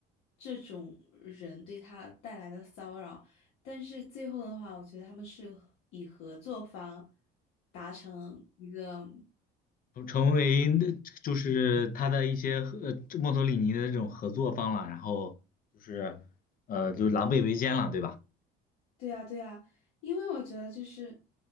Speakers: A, on the left; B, on the left.
A: 这种人对他带来的骚扰，但是最后的话，我觉得他们是和以合作方达成一个，
B: 成为那就是他的一些呃墨索里尼的这种合作方了，然后就是呃就狼狈为奸了，对吧？
A: 对呀，对呀，因为我觉得就是